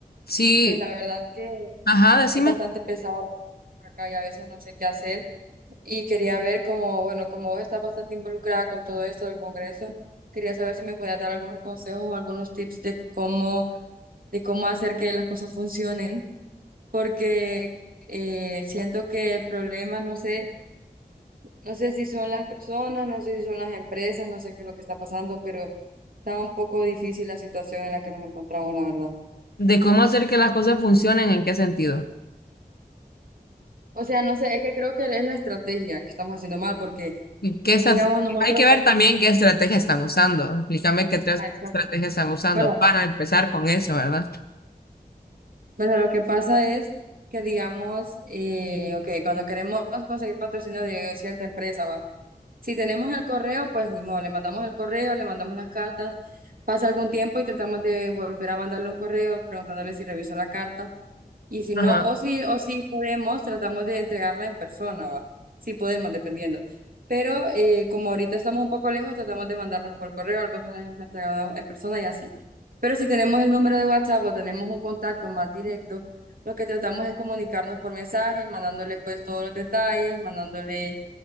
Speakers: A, on the left; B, on the right.
A: Sí,
B: Pues la verdad que
A: ajá, decime
B: es bastante pesado la cosa por acá y a veces no sé qué hacer. Y quería ver como, bueno, como vos estás bastante involucrada con todo esto del Congreso, quería saber si me podías dar algunos consejos o algunos tips de cómo, de cómo hacer que las cosas funcionen porque eh, siento que el problema, no sé, no sé si son las personas, no sé si son las empresas, no sé qué es lo que está pasando, pero está un poco difícil la situación en la que nos encontramos, la verdad.
A: de cómo hacer que las cosas funcionen, en qué sentido.
B: O sea, no sé, es que creo que es la estrategia que estamos haciendo mal, porque,
A: Y qué estra-
B: digamos, nosotros,
A: hay que ver también qué estrategia están usando. Explícame qué tres
B: ah, exacto.
A: estrategias están usando
B: bueno,
A: para empezar con eso, ¿verdad?
B: bueno, lo que pasa es que, digamos, eh, ok, cuando queremos conseguir patrocinio de cierta empresa, va. Si tenemos el correo, pues ni modo, le mandamos el correo, le mandamos las cartas, pasa algún tiempo y tratamos de volver a mandarle un correo preguntándole si revisó la carta. Y si
A: Ajá.
B: no, o si, o si podemos, tratamos de entregarla en persona, ¿va? Si podemos, dependiendo. Pero eh, como ahorita estamos un poco lejos, tratamos de mandarlas por correo, algunas las hemos entregado en persona y así. Pero si tenemos el número de WhatsApp o tenemos un contacto más directo, lo que tratamos es comunicarnos por mensaje, mandándole pues todos los detalles, mandándole